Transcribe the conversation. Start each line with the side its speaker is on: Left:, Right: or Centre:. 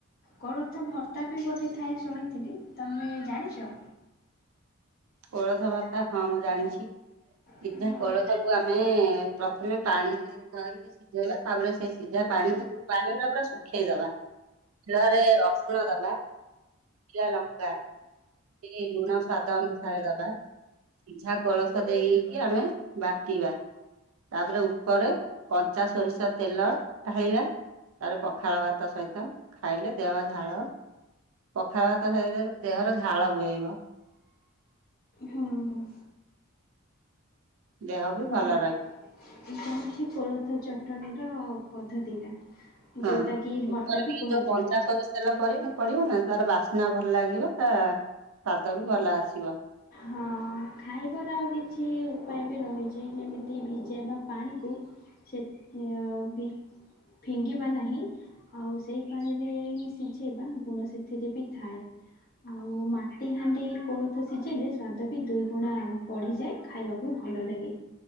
Left: କୋଳଥଭର୍ତ୍ତା ବି ଗୋଟେ ଥାଏ ଶୁଣିଥିଲି ତମେ ଜାଣିଚ?
Right: କୋଳଥ ଭର୍ତ୍ତା ହଁ ମୁଁ ଜାଣିଚି। ସିଝା
Left: ହଁ।
Right: କୋଳଥକୁ ଆମେ ପ୍ରଥମେ ପାଣିରେ ଧୋଇକି ସିଝେଇବା ତାପରେ ସେ ସିଝାପାଣି କୁ ପାଣି ପୁରା ଶୁଖେଇଦବା। ଶିଳରେ ରସୁଣ ଦବା ଶୁଖିଲା ଲଙ୍କା ଟିକେ ଲୁଣ ସ୍ୱାଦ ଅନୁସାରେ ଦବା ସିଝା କୋଳଥ ଦେଇକି ଆମେ ବାଟିବା। ତାପରେ ଉପରେ କଞ୍ଚା ସୋରିଷ ତେଲ ଢାଲିବା। ତାର ପଖାଳ ଭାତ ସହିତ ଖାଇଲେ ଦେହ ଝାଳ ପଖା ଭାତ ସହିତ ଦେହର ଝାଳ ବୁହେଇବ।
Left: ହୁଁ ହୁଁ।
Right: ଦେହ ବି ଭଲ
Left: ହଁ
Right: ରହିବ।
Left: ଏଇଟା କୋଳଥ ଚଟଣୀର ପଦ୍ଧତିଟା।
Right: ହଁ
Left: ଯୋଉଟା କି
Right: ଉପରେ
Left: ଭର୍ତ୍ତା
Right: ଟିକେ
Left: ବି କୁହାଯିବ।
Right: ଯୋଉ କଞ୍ଚା ସୋରିଷ ତେଲ ପଡିବ ନା ତାର ବାସ୍ନା ଭଲ ଲାଗିବ ତା ସ୍ୱାଦ ବି ଭଲ ଆସିବ।
Left: ହଁ ଖାଇବାର ଆଉ କିଛି ଉପାୟ ବି ରହିଚି ଯେମିତି ଭିଜେଇବା ପାଣିକୁ ସେ ବି ଭି ଫିଙ୍ଗିବା ନାହିଁ। ଆଉ ସେଇ ପାଣିରେ ହିଁ ସିଝେଇବା ଗୁଣ ସେଥିରେ ବି ଥାଏ। ଆଉ ମାଟିହାଣ୍ଡି କୋଳଥ ସିଝିଲେ ସ୍ୱାଦ ବି ଦୁଇ ଗୁଣା ବଢ଼ିଯାଏ ଖାଇବାକୁ ବି ଭଲ ଲାଗେ।